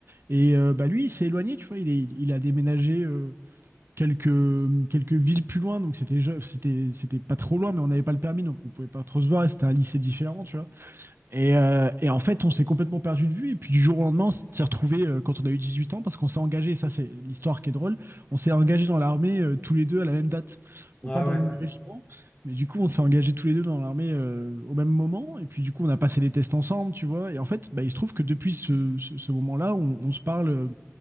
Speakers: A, on the right (about 50°); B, on the left (about 25°).
A: Et euh, bah, lui, il s'est éloigné, tu vois. Il est- il a déménagé euh, quelques, quelques villes plus loin. Donc, c'était, je- c'était, c'était pas trop loin, mais on n'avait pas le permis. Donc, on pouvait pas trop se voir. et C'était un lycée différent, tu vois. Et, euh, et en fait, on s'est complètement perdu de vue. Et puis du jour au lendemain, on s'est retrouvé euh, quand on a eu 18 ans, parce qu'on s'est engagé, ça c'est l'histoire qui est drôle, on s'est engagé dans l'armée euh, tous les deux à la même date.
B: oui.
A: Bon,
B: Ouais,
A: pas dans
B: ouais.
A: le même régiment, mais du coup, on s'est engagés tous les deux dans l'armée euh, au même moment. Et puis du coup, on a passé les tests ensemble, tu vois. Et en fait, bah, il se trouve que depuis ce, ce- ce moment-là, on, on se parle euh,